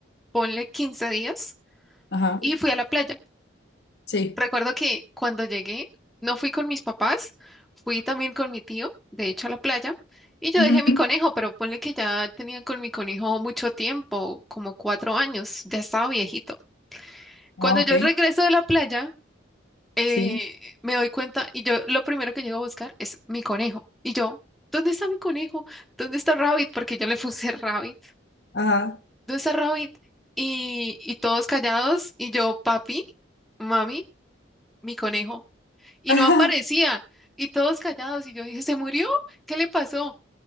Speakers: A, in the centre; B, on the left.
A: ponle 15 días,
B: Ajá.
A: y fui a la playa.
B: Sí.
A: Recuerdo que cuando llegué, no fui con mis papás, fui también con mi tío, de hecho, a la playa, y yo
B: Ujú.
A: dejé mi conejo, pero ponle que ya tenía con mi conejo mucho tiempo, como cuatro años, ya estaba viejito. Cuando
B: Ah,
A: yo
B: ok.
A: regreso de la playa, eh,
B: Sí.
A: me doy cuenta y yo lo primero que llego a buscar es mi conejo. Y yo, ¿dónde está mi conejo? ¿Dónde está Rabbit? Porque yo le puse <laughs> Rabbit.
B: Ajá.
A: ¿Dónde está Rabbit? Y, y todos callados y yo, papi, mami, mi conejo. Y
B: <laughs>
A: no aparecía. Y todos callados y yo dije, ¿se murió? ¿Qué le pasó?